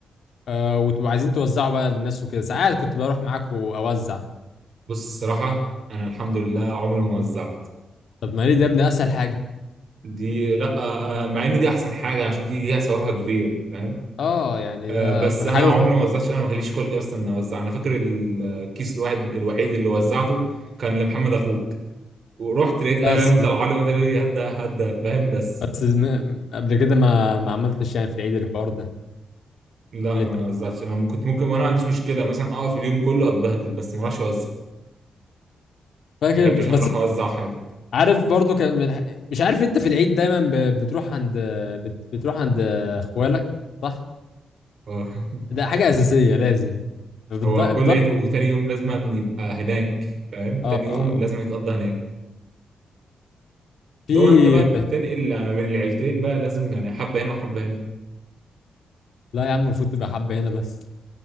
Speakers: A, on the left; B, on the right.
A: آه، وتبقوا عايزين توزعوا بقى للناس وكده ساعات كنت بروح معاكم اوزع
B: بص الصراحه انا الحمد لله عمري ما وزعت
A: طب ما ليه ده يا ابني اسهل حاجه
B: دي لا آه، آه، مع ان دي احسن حاجه عشان دي ليها ثوابها كبير فاهم
A: اه يعني
B: آه،
A: ده
B: بس
A: كنا
B: انا
A: حاجه ممكن
B: عمري ما وزعتش انا ما خليش خلقي اصلا اني اوزع انا فاكر الكيس الواحد الوحيد اللي وزعته كان لمحمد اخوك ورحت لقيت
A: بس
B: قام طلع لي وقال لي هدى هدى فاهم بس
A: بس م- قبل كده ما ما عملتش يعني في العيد الحوار ده
B: لا
A: اللي
B: ما
A: انت
B: وزعتش انا كنت ممكن وانا ما عنديش مشكله مثلا اقف اليوم كله اتبهدل بس ما اروحش اوزع
A: فاكر
B: ما بحبش
A: بس
B: انا اروح اوزع حاجه
A: عارف برضو كان من الح- مش عارف انت في العيد دايما ب- بتروح عند بت- بتروح عند اخوالك صح
B: آه. <laughs>
A: ده حاجه اساسيه لازم بتض...
B: هو
A: بتض...
B: كل عيد وتاني يوم لازم يبقى هناك فاهم
A: اه
B: تاني يوم
A: آه.
B: لازم يتقضى هناك
A: في
B: لو انت بقى بتنقل ما بين العيلتين بقى لازم يعني حبه هنا وحبه هنا
A: لا يا عم المفروض تبقى حبه هنا بس